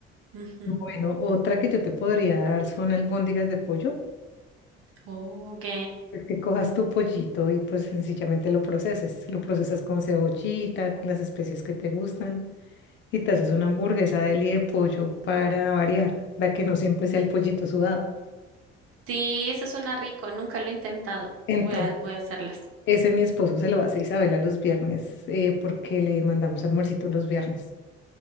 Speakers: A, on the right; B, on the left.
A: Ujú.
B: Bueno, otra que yo te podría dar son albóndigas de pollo.
A: Oh, ok.
B: Que cojas tu pollito y pues sencillamente lo proceses. Lo procesas con cebollita, con las especias que te gustan y te haces una hamburguesa de li de pollo para variar, para que no siempre sea el pollito sudado.
A: Sí, eso suena rico. Nunca lo he intentado.
B: Entonces,
A: Voy a, voy a hacerlas.
B: ese mi esposo se lo hace a Isabela los viernes eh, porque le mandamos almuercito los viernes.